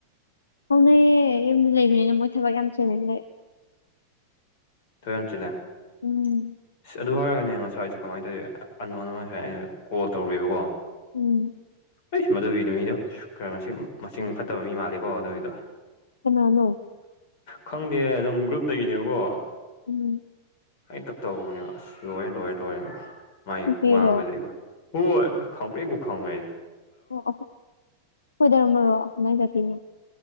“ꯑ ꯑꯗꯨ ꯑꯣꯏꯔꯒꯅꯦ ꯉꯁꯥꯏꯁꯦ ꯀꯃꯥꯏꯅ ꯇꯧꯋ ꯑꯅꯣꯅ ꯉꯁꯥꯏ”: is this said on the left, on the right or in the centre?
Left